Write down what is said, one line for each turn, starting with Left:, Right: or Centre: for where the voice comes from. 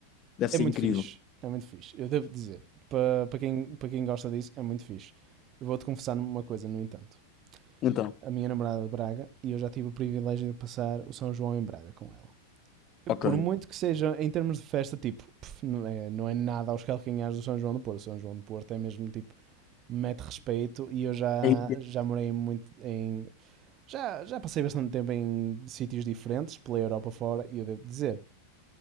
Left: deve
Right: é
Left: ser
Right: muito
Left: incrível.
Right: fixe. É muito fixe. Eu devo dizer, para pa quem, pa quem gosta disso, é muito fixe. Eu vou-te confessar uma coisa, no entanto.
Left: Então,
Right: A minha namorada é de Braga e eu já tive o privilégio de passar o São João em Braga com ela.
Left: ok.
Right: Por muito que seja, em termos de festa, tipo, pff, não, é, não é nada aos calcanhares do São João do Porto. O São João do Porto é mesmo tipo mete respeito e eu já,
Left: É incrível.
Right: já morei muito em. Já, já passei bastante tempo em sítios diferentes, pela Europa fora, e eu devo dizer,